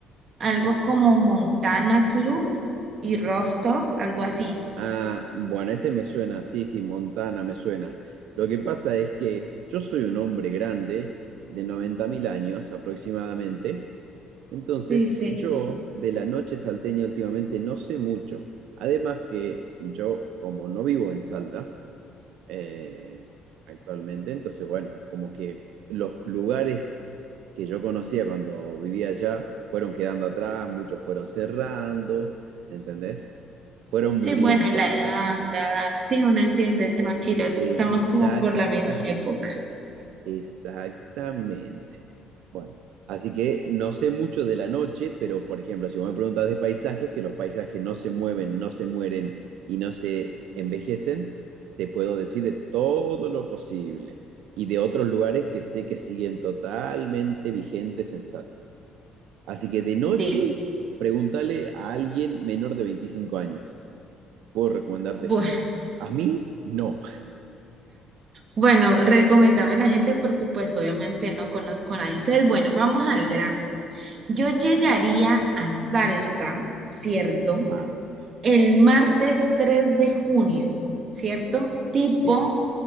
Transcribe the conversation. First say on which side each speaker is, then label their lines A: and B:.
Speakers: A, on the right (about 50°); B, on the right (about 70°).
A: algo como Montana Club y Rooftop, algo así.
B: Ah, bueno, ese me suena, sí, sí, Montana me suena. Lo que pasa es que yo soy un hombre grande, de 90.000 años aproximadamente, entonces
A: Sí, sí.
B: yo de la noche salteña últimamente no sé mucho. Además que yo, como no vivo en Salta, eh, actualmente. Entonces, bueno, como que los lugares que yo conocía cuando vivía allá fueron quedando atrás, muchos fueron cerrando, ¿entendés? Fueron muriendo,
A: Sí, bueno, la
B: básicamente.
A: edad, la edad, sí, uno entiende, tranquilos,
B: Exactamente.
A: estamos como por la misma época.
B: Exactamente. Bueno, así que no sé mucho de la noche, pero por ejemplo, si vos me preguntas de paisajes, que los paisajes no se mueven, no se mueren y no se envejecen, te puedo decir de todo lo posible y de otros lugares que sé que siguen totalmente vigentes en Salta. Así que de noche,
A: Listo.
B: pregúntale a alguien menor de 25 años. Puedo recomendarte
A: Bu-
B: gente. A mí, no.
A: Bueno, recomendame a la gente porque pues obviamente no conozco a nadie. Entonces, bueno, vamos al gran Yo llegaría a Salta, ¿cierto?
B: Martes.
A: el martes 3 de junio, ¿cierto? Tipo,
B: Sí.